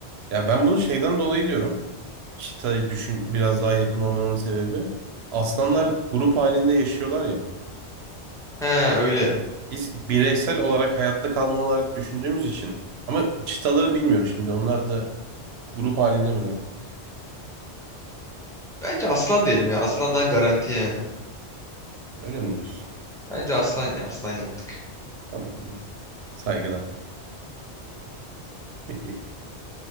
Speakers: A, on the right; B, in the centre.
A: Ya ben bunu şeyden dolayı diyorum. Çita'yı düşün biraz daha yakın olmamın sebebi. Aslanlar
B: Hı hı.
A: grup halinde yaşıyorlar ya.
B: He öyle.
A: Biz bireysel olarak hayatta kalma olarak düşündüğümüz için. Ama çitaları bilmiyorum şimdi. Onlar da grup halinde miler?
B: Bence aslan diyelim ya. Aslan daha garanti yani.
A: Öyle mi diyorsun?
B: Bence aslan ya. Aslan yaptık.
A: Tamamdır. Saygıdan. <laughs>